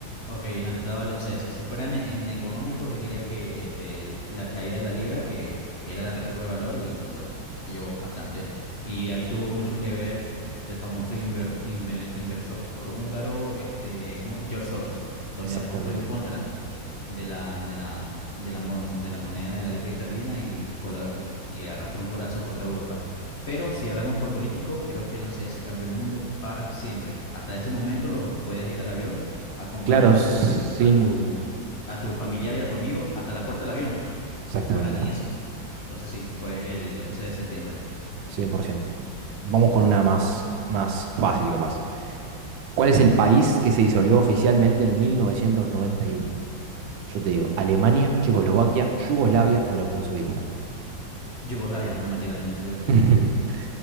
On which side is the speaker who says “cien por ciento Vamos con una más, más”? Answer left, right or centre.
Right